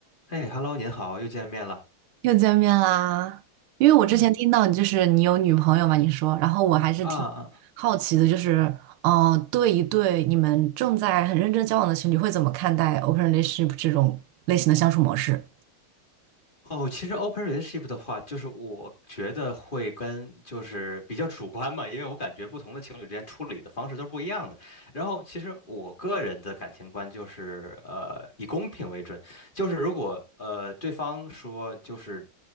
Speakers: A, on the left (about 25°); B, on the right (about 90°).
A: 哎，Hello，您好，又见面了。
B: 又见面啦！因为我之前听到你就是你有女朋友嘛，
A: 嗯，
B: 你说，然后我还是挺好奇的，
A: 啊啊
B: 就是，呃，对一对你们正在很认真交往的情侣会怎么看待 open relationship 这种类型的相处模式？
A: 哦，其实 open relationship 的话，就是我觉得会跟就是比较主观嘛，因为我感觉不同的情侣之间处理的方式都是不一样的。然后，其实我个人的感情观就是呃以公平为准，就是如果呃对方说就是